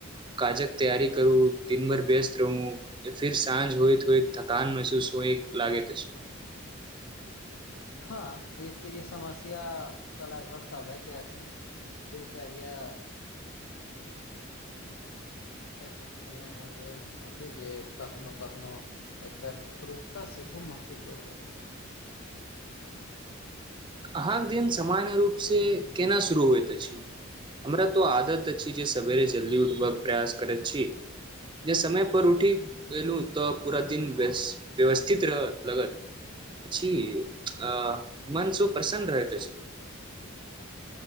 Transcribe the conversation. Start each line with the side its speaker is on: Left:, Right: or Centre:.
Right: काजक तैयारी करू दिन भर व्यस्त रहू फिर साँझ होइत होइत थक कान महसूस होइ लागे ते छै
Left: हँ ई तऽ ई समस्या तऽ लगभग सभेके छै दिनचर्या एतेक नियम भए गेल अछि जे कखनो कखनो एकर एकरूपता सेहो महसूस होइत अछि
Right: अहाँके दिन सामान्य रूपसे केना शुरू होइत अछि हमरा तो आदत अछि जे सवेरे जल्दी उठबय प्रयास करैत छी जे समयपर उठि गेलहुँ तऽ पूरा दिन व्यवस्थित रह लगत अछि आ मन सुख प्रसन्न रहैत अछि